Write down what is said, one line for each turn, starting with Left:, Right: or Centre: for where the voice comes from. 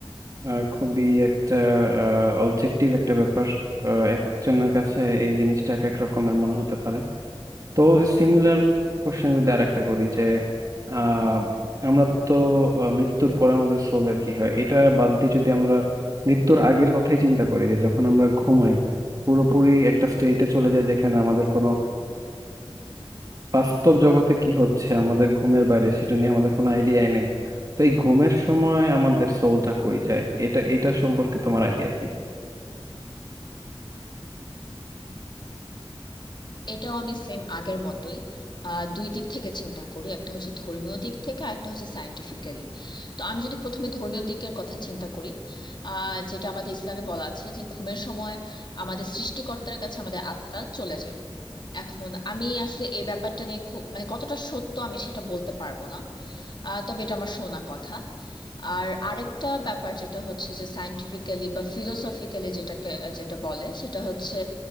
Right: আহ, খুবই একটা অবজেক্টিভ একটা ব্যাপার আহ, একজনের কাছে এই জিনিসটা এক এক রকমের মনে হতে পারে তো সিমিলার কোশ্চেন যদি আর একটা করি যে আহ, আমরা তো আহ, মৃত্যুর পরে আমাদের সোলের কি হয় এটা বাদ দিয়ে যদি আমরা মৃত্যুর আগের কথাই চিন্তা করি যে যখন আমরা ঘুমাই পুরোপুরি একটা স্টেটে চলে যায় যেখানে আমাদের কোনো বাস্তব জগতে কি হচ্ছে আমাদের ঘুমের বাইরে সেটা নিয়ে আমাদের কোনো আইডিয়াই নেই তো এই ঘুমের সময় আমাদের সোলটা কই যায় এটা এটা সম্পর্কে তোমার আইডিয়া কি
Left: এটাও আমি সেম আগের মতোই আহ, দুই দিক থেকে চিন্তা করি একটা হচ্ছে ধর্মীয় দিক থেকে আর একটা হচ্ছে সায়েন্টিফিক্যালি তো আমি যদি প্রথমে ধর্মীয় দিকের কথা চিন্তা করি আহ, যেটা আমাদের ইসলামে বলা আছে যে ঘুমের সময় আমাদের সৃষ্টিকর্তার কাছে আমাদের আত্মা চলে যায় এখন আমি আসলে এই ব্যাপারটা নিয়ে খুব মানে কতটা সত্য আমি সেটা বলতে পারবো না আহ, তবে এটা আমার শোনা কথা আর আরেকটা ব্যাপার যেটা হচ্ছে যে সায়েন্টিফিক্যালি বা ফিলোসফিক্যালি যেটাকে যেটা বলে সেটা হচ্ছে